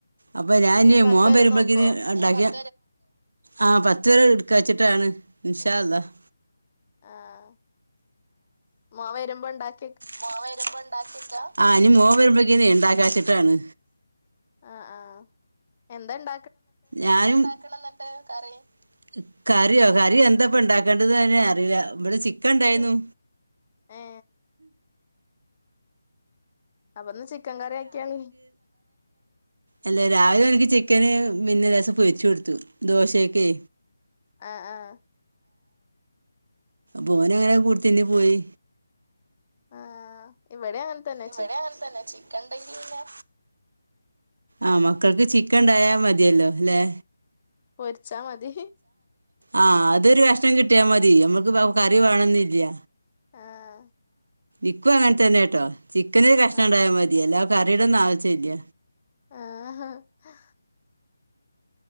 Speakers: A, on the right; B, on the left.
A: അപ്പൊ ഞാൻ ഇനി
B: ഏ പത്ത്
A: മോൻ
B: വരെ
A: വേരുമ്പോഴക്കിന്
B: നോക്കോ
A: ഉണ്ടാക്കിയ ആ പത്ത് പേരെ എടുക്ക വച്ചിട്ടാണ് ഇന്ശാല്ലാഹ്
B: അഹ് മോ വരുമ്പോ ഉണ്ടാക്ക
A: മോ വരുമ്പോ ആ് ഇനി മോ വരുമ്പക്കന്ന ഉണ്ടാക്കാച്ചിട്ടാണ്
B: ആ ആ എന്തണ്ട
A: ഞാനും ണ്ടക്കണം എന്നിട്ട് കറി കറിയോ ക ഇനി എന്ത ഇപ്പൊ ഉണ്ടാക്കേണ്ടത് അറിയ ഇവിടെ ചി ഇക്ക ഇണ്ടായിരുന്നു
B: ഉം ഏ അപ്പൊന്ന് ചിക്കൻ കറി ആക്കിയാണി
A: അല്ലെ രാവിലെ എനിക്ക് ചിക്കന് പിനെ ലെഷോ പൊരിച്ചോടത്തൂ ദോശയൊക്കെ
B: ആ ആ
A: പോന അങ്ങനെ കൂടുത്തിന് പോയി
B: ആ ഈ വടെയാ അങ്ങ തനെ
A: അങ്ങനെ തന്നെ ചിക്കൻണ്ടെങ്കി പിന്നെ ആ മക്കൾക്ക് ചിക്കൻണ്ടായാ മതിയല്ലോ ല്ലെ
B: പൊരിച്ചാ മതി
A: ആഹ് അതൊരു കഷ്ണം കിട്ടിയാ മതി നമ്മുക്ക് കറി വേണംന്നില്ല
B: ആഹ്
A: ഇപ്പങ്ങന തന്നെ ട്ടോ ചിക്കന് ഒരു കഷ്ണം
B: ആ
A: ഉണ്ടായാ മതിയല്ല കറീട ഒന്നും ആവച ഇല്ല
B: ആഹ് ആ